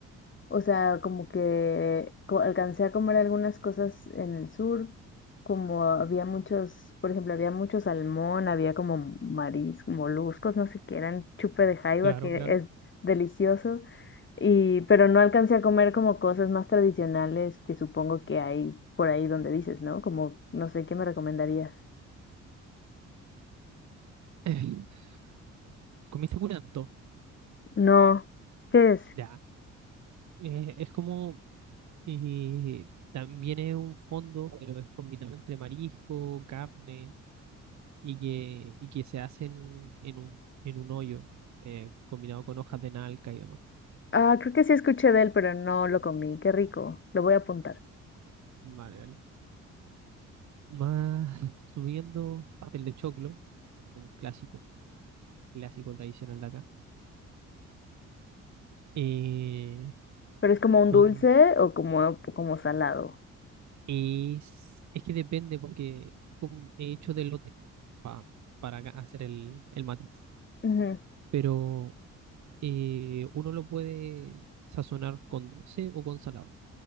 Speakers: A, on the left (about 40°); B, on the right (about 65°).
A: O sea, como que co- alcancé a comer algunas cosas en el sur, como había muchos, por ejemplo, había mucho salmón, había como mariscos, moluscos, no sé qué, eran chupe de jaiba,
B: claro,
A: que
B: claro.
A: es delicioso, y, pero no alcancé a comer como cosas más tradicionales que supongo que hay por ahí donde dices, ¿no? Como, no sé, ¿qué me recomendarías?
B: <laughs> Comiste curanto,
A: No, ¿qué es?
B: ya. Eh, es como Y también es un fondo, pero es combinado entre marisco, carne y que, y que se hace en, en un, en un hoyo, eh, combinado con hojas de nalca y demás.
A: Ah, creo que sí escuché de él, pero no lo comí, qué rico, lo voy a apuntar.
B: Vale, vale. Más subiendo, pastel de choclo, también un clásico, clásico tradicional de acá. Eh,
A: Pero es como un
B: don-
A: dulce o como, como salado.
B: es, es que depende, porque como he hecho de lote pa- para acá hacer el, el matiz.
A: Ujú,
B: Pero eh, uno lo puede sazonar con dulce o con salado.